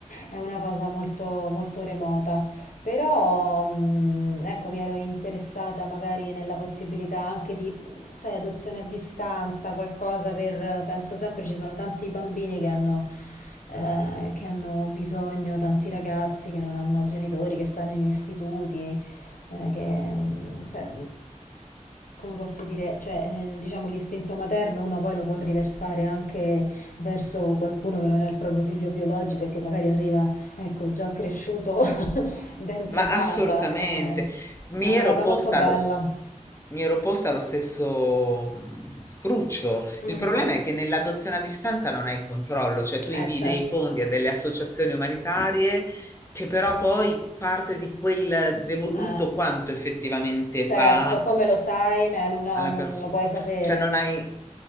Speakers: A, on the left; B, on the left.
A: è una cosa molto, molto remota. Però, mm, ecco, mi ero interessata magari nella possibilità anche di sai, adozione a distanza, qualcosa per... Penso sempre ci sono tanti bambini che hanno, eh, che hanno bisogno, tanti ragazzi che non hanno genitori, che stanno in istituti, eh, che... mm, cioè, come posso dire, cioè, eh, diciamo l'istinto materno uno poi lo può riversare anche verso qualcuno che non è il proprio figlio biologico e che magari arriva, ecco, già cresciuto <laughs> dentro
B: Ma
A: casa.
B: assolutamente,
A: eh.
B: mi
A: È una
B: ero
A: cosa
B: posta
A: molto bella.
B: lo, mi ero posta lo stesso mh, cruccio.
A: Mm,
B: Il problema è che nell'adozione a distanza non hai controllo, cioè tu
A: eh,
B: invii
A: certo.
B: dei fondi a delle associazioni umanitarie che però poi parte di quel devoluto
A: Eh,
B: quanto effettivamente
A: certo,
B: va
A: come lo sai, eh, non, lo
B: alla
A: non
B: persona.
A: lo puoi sapere.
B: Cioè non hai...